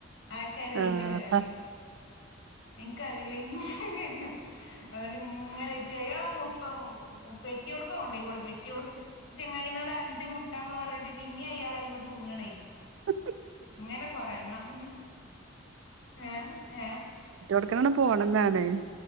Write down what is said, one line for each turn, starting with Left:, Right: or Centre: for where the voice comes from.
Left: ആർക്കായാലും
Right: ആഹ്
Left: ദേഷ്യം വരാതെ എനക്കറിയില്ല ഇനി എന്നാ അയാള് ഇങ്ങനെ നിക്ക അയാള് ആ മൊത്തം പെട്ടിയോടുക്ക് കൊണ്ടുപൊയ്ക്കോളി പെട്ടിയോടുക്ക് ചെങ്ങായിനോട് അഞ്ച് മുട്ടാന്ന് പറഞ്ഞിട്ട് പിന്നെയും അയാള് അയ്മേ തൂങ്ങാണേ.
Right: <unintelligible>
Left: ഇങ്ങനെ കൊറെണ്ണം ഏഹ് ഏഹ്
Right: ക്കണം പോണം ന്നാണ്